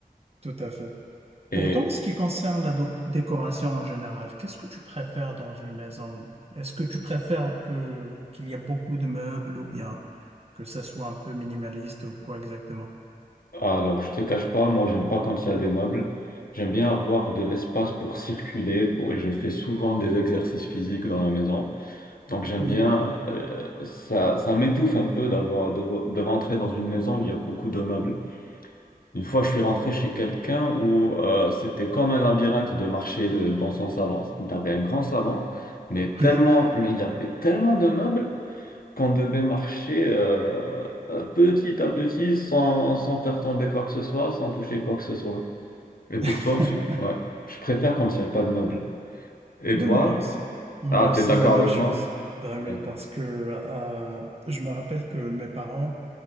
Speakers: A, on the right; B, on the left.
A: Tout à fait.
B: Et
A: Pourtant, en ce qui concerne la doc- décoration en général, qu'est-ce que tu préfères dans une maison? Est-ce que tu préfères que qu'il y ait beaucoup de meubles ou bien que ça soit un peu minimaliste ou quoi exactement?
B: Alors, je te cache pas, moi, j'aime pas quand il y a des meubles. J'aime bien avoir de l'espace pour circuler, pour... et je fais souvent des exercices physiques dans la maison. Donc, j'aime
A: Oui,
B: bien, euh, ça, ça m'étouffe un peu d'avoir, de, de rentrer dans une maison où il y a beaucoup de meubles. Une fois, je suis rentré chez quelqu'un où euh, c'était comme un labyrinthe de marcher euh, dans son salon. Il avait un grand salon, mais tellement,
A: oui.
B: mais il y avait tellement de meubles qu'on devait marcher euh, euh, petit à petit sans, sans faire tomber quoi que ce soit, sans toucher quoi que ce soit. Et pour
A: <laughs>
B: toi, tu... ouais, je préfère quand il n'y a pas de meubles. Et
A: Ben
B: toi?
A: moi aussi. Moi
B: Ah,
A: aussi,
B: t'es d'accord
A: la même
B: avec
A: chose.
B: moi?
A: Ben
B: D'accord.
A: oui, parce que euh, je me rappelle que mes parents,